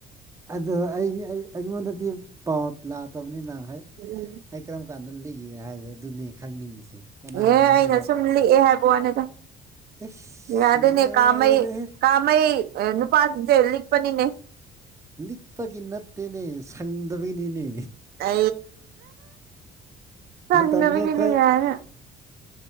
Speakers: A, on the right (about 15°); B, on the right (about 65°).
A: ꯑꯗꯣ ꯑꯩ ꯑꯩꯉꯣꯟꯗꯗꯤ ꯄꯥꯎ ꯂꯥꯛꯇꯕꯅꯤꯅꯍ ꯍꯥꯏ
B: ꯎꯝ
A: ꯑꯩ ꯀꯔꯝ ꯀꯥꯟꯗ ꯂꯤꯒꯦ ꯍꯥꯏꯕ ꯑꯗꯨꯅꯦ ꯈꯪꯅꯤꯡꯉꯤꯁꯦ ꯀꯅꯥꯅ
B: ꯑꯦ
A: ꯍꯥꯏꯖꯔꯕ
B: ꯑꯩꯅ ꯁꯨꯝ ꯂꯤꯛꯑꯦ ꯍꯥꯏꯕ ꯋꯥꯅꯤꯗ
A: ꯑꯦꯁ
B: ꯌꯥ
A: ꯁꯤ
B: ꯑꯗꯨꯅꯦ
A: ꯂꯣꯏꯔꯦꯍꯦ
B: ꯀꯥꯃꯩ ꯀꯥꯃꯩ ꯅꯨꯄꯥꯁꯤꯡꯁꯦ ꯂꯤꯛꯄꯅꯤꯅꯦ
A: ꯂꯤꯛꯄꯒꯤ ꯅꯠꯇꯦꯅꯦ ꯁꯪꯗꯕꯒꯤꯅꯤꯅꯦ
B: ꯑ ꯆꯕꯒꯅꯤ
A: ꯃꯇꯝꯗꯣ ꯈꯔ
B: ꯌꯥꯦ